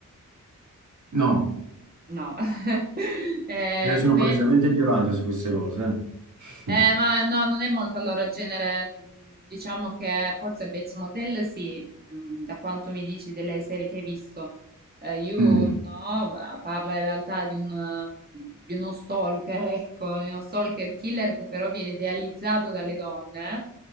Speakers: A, on the right (about 65°); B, on the right (about 30°).
A: No,
B: no, <laughs> eh,
A: io sono
B: quel-
A: palesemente ignorante su queste cose.
B: Eh,
A: eh.
B: ma no, non è molto allora genere. mh, Diciamo che forse Bates Motel sì, mh, da quanto mi dici delle serie che hai visto. Eh, You
A: <laughs>
B: no, va- parla in realtà di un, ehm, di uno stalker, ecco, di uno stalker killer che però viene idealizzato dalle donne